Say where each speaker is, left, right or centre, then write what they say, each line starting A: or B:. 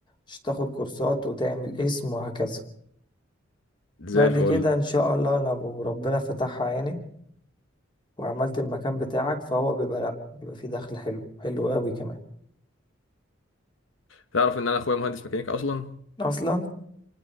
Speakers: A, on the left; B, on the left.
A: عشان تاخد كورسات وتعمل اسم وهكذا
B: زي
A: بعد
B: الفل
A: كده ان شاء الله لو ربنا فتحها يعني وعملت المكان بتاعك فهو بيبقى لا بيبقى فيه دخل حلو حلو قوي كمان
B: تعرف ان انا اخويا مهندس ميكانيكا اصلا
A: اصلا